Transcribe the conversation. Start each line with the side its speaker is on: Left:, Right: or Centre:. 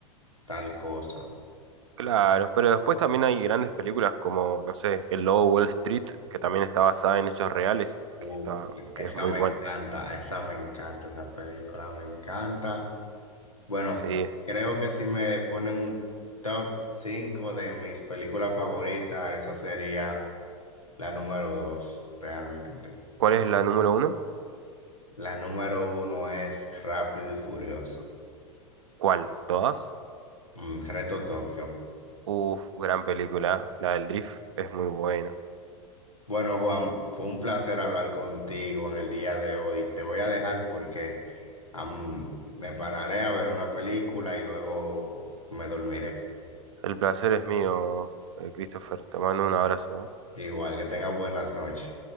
Left: tal cosa.
Right: Claro, pero después también hay grandes películas como, no sé, El Lobo de Wall Street, que también está basada en hechos reales,
Left: Uf,
Right: que está, que
Left: esa
Right: es muy
Left: me
Right: bueno.
Left: encanta, esa me encanta, esa película me encanta. Bueno,
Right: Sí.
Left: creo que si me ponen un top 5 de mis películas favoritas, esa sería la número 2 realmente.
Right: ¿Cuál es la número uno?
Left: La número uno es Rápido y Furioso.
Right: ¿Cuál? ¿Todas?
Left: Mm, Reto Tokio.
Right: Uf, gran película. La del Drift es muy buena.
Left: Bueno, Juan, fue un placer hablar contigo en el día de hoy. Te voy a dejar porque am, me pararé a ver una película y luego me dormiré.
Right: El placer es mío, eh, Christopher. Te mando un abrazo.
Left: Igual que tenga buenas noches.